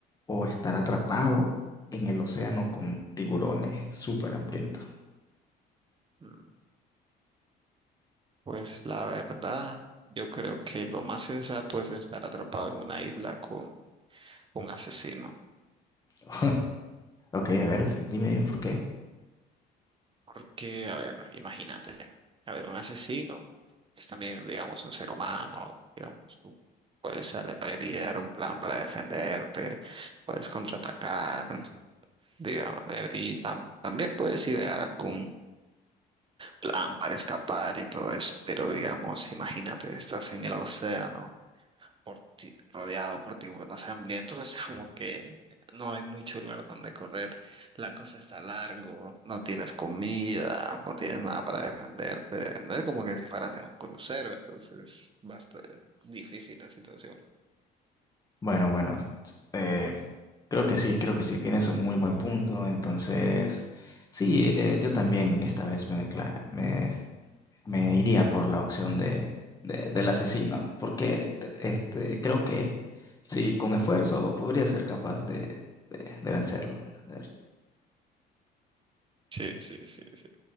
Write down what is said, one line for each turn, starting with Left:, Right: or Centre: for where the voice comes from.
Left: o estar atrapado en el océano con tiburones súper hambrientos?
Right: Mm. Pues la verdad, yo creo que lo más sensato es estar atrapado en una isla con un asesino.
Left: <laughs> Ok, a ver, dime, dime por qué.
Right: Porque, a ver, imagínate, a ver, un asesino es también, digamos, un ser humano, digamos, tú puedes ale- idear un plan para defenderte, puedes contraatacar, digamos, eh, y tam- también puedes idear algún plan para escapar y todo eso. Pero, digamos, imagínate, estás en el océano. por ti- rodeado por tiburones hambrientos, es como que no hay mucho lugar donde correr. La cosa está largo, no tienes comida, no tienes nada para defenderte. No es como que si fueras en un crucero, entonces basta, difícil la situación.
Left: Bueno, bueno, eh, Creo que sí, creo que sí, tienes un muy buen punto. Entonces, sí, eh, eh, yo también esta vez me, cla- me, me iría por la opción de, de- del asesino, porque te- este, creo que sí, con esfuerzo podría ser capaz de, de, de vencerlo. A ver.
Right: Sí, sí, sí, sí.